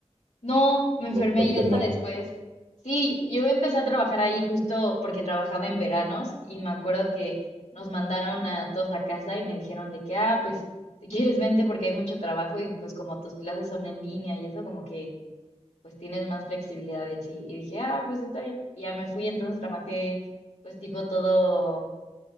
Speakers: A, on the left; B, on the right.
A: No, me enfermé
B: o por
A: y
B: tu
A: hasta
B: hermano.
A: después. Sí, yo empecé a trabajar ahí justo porque trabajaba en veranos y me acuerdo que nos mandaron a todos a casa y me dijeron de que, ah, pues, si quieres vente porque hay mucho trabajo y pues como tus clases son en línea y eso como que pues tienes más flexibilidad y así. Y dije, ah, pues está bien. Y ya me fui, entonces trabajé pues tipo todo